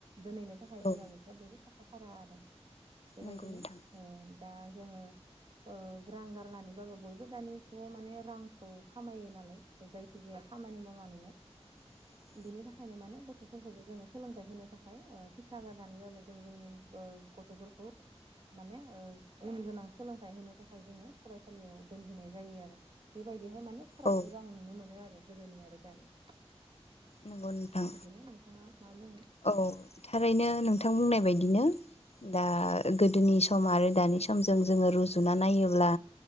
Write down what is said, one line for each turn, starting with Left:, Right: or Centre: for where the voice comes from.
Right: दोनहैनो थाखाय
Left: औ
Right: बिमा बिफाया बयबो साखा फारा आरो बेबायदिनो
Left: नोंगौ नोंथां।
Right: ओ दा जोङो ओ रां गारनानैबाबो बयबो दानि जुगाव माने रांखौ खामायो नालाय जायखिजाया खामानि मावनानैनो
Left: <inaudible>
Right: बेनि थाखायनो माने गथ' फोरफोरखौबो जोङो सोलोंथाइ होनो थाखाय ओ फैसा गारनानैबाबो जों जोंनि ओ गथ'फोरखौ माने ओ गुन गोनां सोलोंथाइ होनो थाखाय जोङो फरायसालियाव दोनहैनाय जायो आरो बेबायदि बेहाय माने फारागखौ
Left: औ
Right: आं नुनो मोनो आरो गोदोनि आरो दानि
Left: नंगौ नोंथां
Right: बिदिनो नोंथाङा मा बुङो?
Left: औ थारैनो नोंथां बुंनाय बायदिनो दा गोदोनि
Right: औ
Left: सम आरो दानि सम ज जो रुजुना नायोब्ला